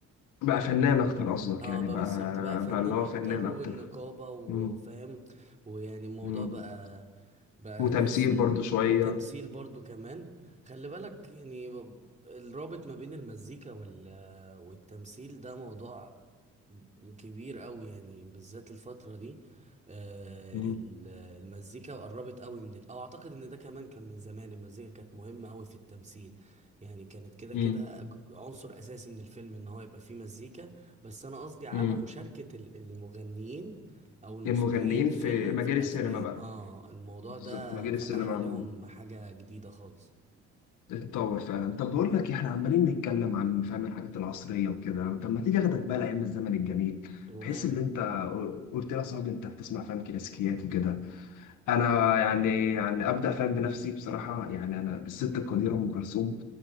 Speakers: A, on the left (about 85°); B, on the right (about 25°).
A: بقى فنان اكتر قصدك
B: اه
A: يعني
B: بقى
A: بقى
B: بالظبط بقى فنان
A: بقى اللي هو
B: اكتر
A: فنان
B: والنقابة
A: اكتر
B: و-
A: مم.
B: وفاهم ويعني الموضوع
A: مم.
B: بقى بقى
A: وتمثيل
B: تحس انه
A: برضو شوية
B: وتمثيل برضو كمان خلي بالك يعني ب- الرابط ما بين المزيكا وال والتمثيل ده موضوع كبير قوي يعني بالذات الفترة دي آه،
A: مم.
B: ال- المزيكا قربت قوي من ال... او اعتقد ان ده كمان كان من زمان المزيكا كانت مهمة قوي في التمثيل يعني كانت كده
A: مم.
B: كده عنصر اساسي من الفيلم ان هو يبقى فيه مزيكا بس انا قصدي على
A: مم.
B: مشاركة ال- المغنيين او الموسيقيين
A: المغنيين
B: في
A: في
B: ال...
A: مجال
B: في الافلام
A: السينما بقى
B: اه الموضوع
A: بالظبط
B: ده
A: مجال
B: فتح
A: السينما
B: عليهم
A: عموما
B: حاجة جديدة خالص
A: اتطور فعلا طب بقول لك إيه، احنا عمالين نتكلم عن فاهم الحاجات العصرية وكده طب ما تيجي اخدك بقى لايام الزمن الجميل
B: وماله
A: بحيث ان انت قلت لي يا صاحبي انت بتسمع فاهم كلاسيكيات وكده انا يعني يعني ابدا فاهم بنفسي بصراحه يعني انا الست القديره ام كلثوم